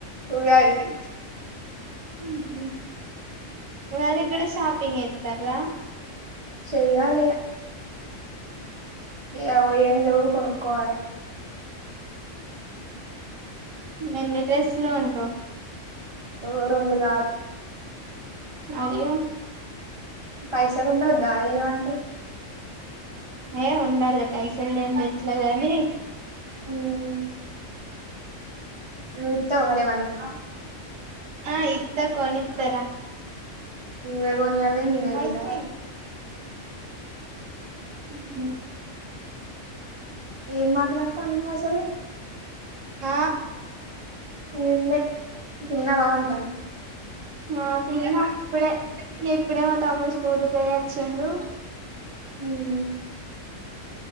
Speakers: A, on the right; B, on the right.
A: ఉగాదికి
B: ఉహు మీ డాడీకి గూడ షాపింగ్ జెతారా
A: చేయాలిగా అగో ఏంలేవు కొనుకోవాలే
B: ఎన్ని డ్రెస్సులు కొంటవ్
A: ఓ రెండు సాల్
B: అయ్యో
A: పైసల్ ఉండొద్ ద్దా అయ్యో అంటే
B: ఏ ఉండాలి పైసలు లేనిది ఎట్ల కని
A: ఉమ్ నువ్ ఇత్తవా మరి ఏమన్నా
B: ఆ ఇత్త కొనిత్తరా
A: నువ్వే గొన్ నియాలే నెనే
B: మైత్రి
A: సుడాలే
B: ఉహు
A: ఏం మాట్లాడతాన్నవు నువ్వు అసలు
B: ఆ
A: ఏం లె తిన్నవా అంటాంది
B: ఆ తిన్న అప్పుడే ఇప్పుడే మా తమ్ముడు స్కూల్కి పోయి వచ్చిండు
A: ఉమ్